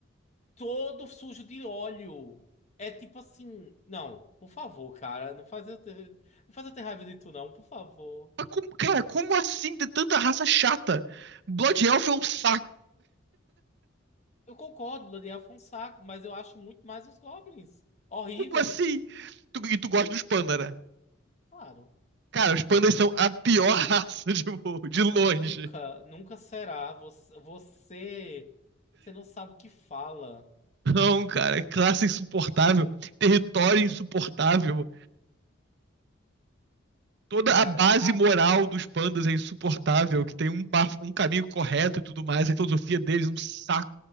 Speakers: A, on the left; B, on the right.
A: todo sujo de óleo. É tipo assim, não, por favor, cara, não faz eu ter, não faz eu ter raiva de tu, não, por favor.
B: Mas como- cara, como assim ter tanta raça chata? Blood Elf é um saco.
A: Eu concordo, Blood foi um saco, mas eu acho muito mais os goblins. Horríveis,
B: Como assim? Tu- e tu gosta dos pandas, né?
A: claro.
B: Cara, os pandas são a pior <laughs> raça de, de longe.
A: é, Nunca, nunca será. Você, você, você não sabe o que fala,
B: Não, cara, é classe insuportável, território insuportável. toda
A: cara.
B: a base
A: Ah,
B: moral dos pandas é insuportável, que tem um, par- um caminho correto e tudo mais, a filosofia deles é um saco.